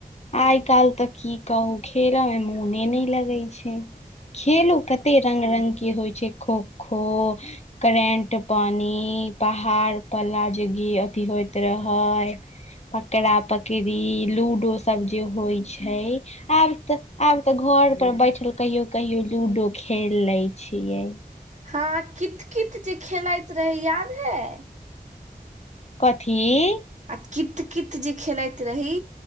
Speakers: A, on the left; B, on the right.
A: आइ काल्हि तऽ की कहू खेल मे मोने नहि लगै छै। खेलो कते रंग-रंग के होइ छै, खोखो करेंट पानि, पहाड़ प ला जे गी अथी होइत रहै पकड़ा पकडी, लूडो स सब जे होइ छै, आब त आब त घर पर बैठल कहियो कहियो लूडो खेल लै छियै।
B: हाॅं कित-कित जे खेलैत रही, याद है।
A: कऽथी?
B: आ कित-कित जे खेलैत रही।